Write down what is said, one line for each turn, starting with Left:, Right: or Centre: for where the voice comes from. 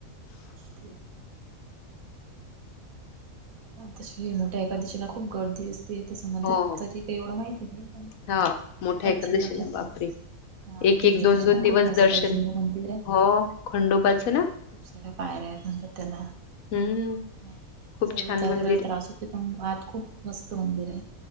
Right: <inaudible> तशी लय मोठ्या एकादशीला खूप गर्दी असते तस म्हणतात
Left: हो
Right: तरी काही एवढ माहिती नाही पण
Left: हा मोठ्या
Right: एकादशीला खूप
Left: बापरे!
Right: गर्दी असते. हा
Left: एक
Right: जेजुरीची
Left: एक दोन दोन
Right: पण
Left: दिवस
Right: खूप मस्त
Left: दर्शन
Right: आहे जुन मंदिर आहे
Left: हो खंडोबाचं
Right: हां.
Left: ना
Right: खूप साऱ्या पायऱ्या आहेत नंतर त्याला.
Left: हम्म.
Right: हा
Left: खूप
Right: चढ
Left: छान
Right: उतारायला
Left: मंदिर
Right: त्रास
Left: आहे
Right: होतय पण आत खूप मस्त मंदिर आहे.